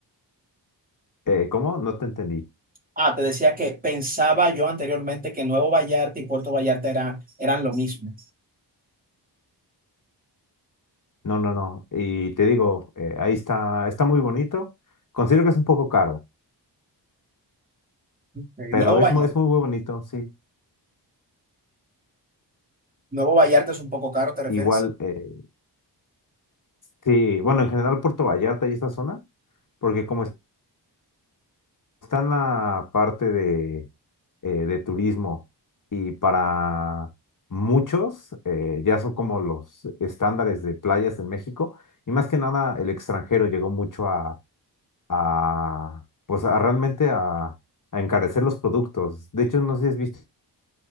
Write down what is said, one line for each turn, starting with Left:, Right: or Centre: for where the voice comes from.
Left: Eh, ¿cómo? No te entendí.
Right: Ah, te decía que pensaba yo anteriormente que Nuevo Vallarta y Puerto Vallarta eran, eran lo mismo.
Left: No, no, no. Y te digo, eh, ahí está, está muy bonito. Considero que es un poco caro,
Right: Ok,
Left: pero
Right: Nuevo
Left: es
Right: Vallarta.
Left: muy, es muy, muy bonito, sí.
Right: Nuevo Vallarta es un poco caro, ¿te refieres?
Left: Igual, eh, sí, bueno, en general Puerto Vallarta y esta zona porque como está en la parte de, eh, de turismo y para muchos eh, ya son como los estándares de playas en México y más que nada el extranjero llegó mucho a, a, pues a realmente a, a encarecer los productos. De hecho, no sé si has visto